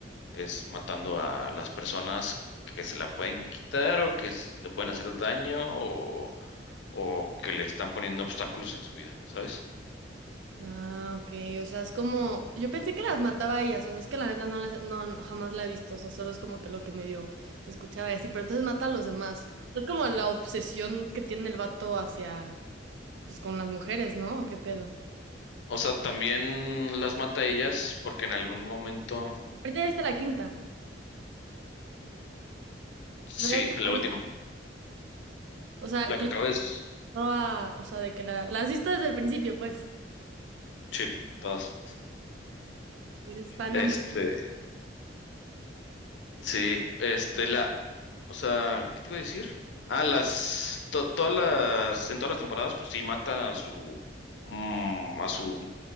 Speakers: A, on the left; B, on the right.
A: es matando a las personas que se la pueden quitar o que s- le pueden hacer daño o, o que le están poniendo obstáculos en su vida, ¿sabes?
B: Ah, ok, o sea, es como, yo pensé que las mataba a ellas, o sea, es que la neta no, las- no jamás la he visto, o sea, solo es como que lo que medio escuchaba y así, pero entonces mata a los demás. Es como la obsesión que tiene el vato hacia, pues, con las mujeres, ¿no? ¿O ¿Qué pedo?
A: O sea, también las mata a ellas porque en algún momento,
B: Ahorita ya viste la quinta,
A: sí,
B: o sea, ya viste
A: la
B: la-
A: última,
B: o sea,
A: la que
B: la
A: acabes,
B: roba- o sea, de que la, la has visto desde el principio, pues.
A: sí, todas.
B: Eres fan
A: Este,
B: number-
A: Sí, este, la, o sea, ¿qué te iba a decir? Ah, las, to- todas las, en todas las temporadas, pues sí, mata a su, mm, a su